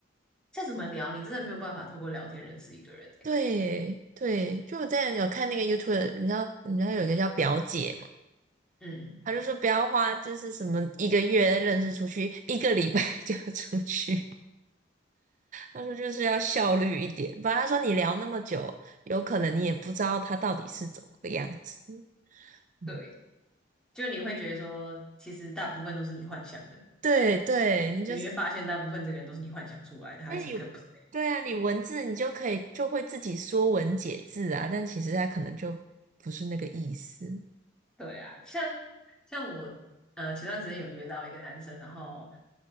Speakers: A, in the centre; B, on the right (about 40°).
A: 再怎么聊，你真的没有办法透过聊天认识一个人欸
B: 对对，就我之前有看那个 YouTube，你知道，你知道有一个叫表姐
A: 嗯，
B: 他就说不要花，就是什么一个月认识出去，一个礼拜 <laughs> 就要出去。他说就是要效率一点，不然他说你聊那么久，有可能你也不知道他到底是怎么个样子。嗯
A: 对，就你会觉得说，其实大部分都是你幻想的，
B: 对对，你就是
A: 你会发现大部分这个人都是你幻想出来的，他其实更不是那样
B: 因为你对啊，你文字你就可以就会自己说文解字啊，但其实他可能就不是那个意思。
A: 对啊，像像我呃前段时间有约到一个男生，然后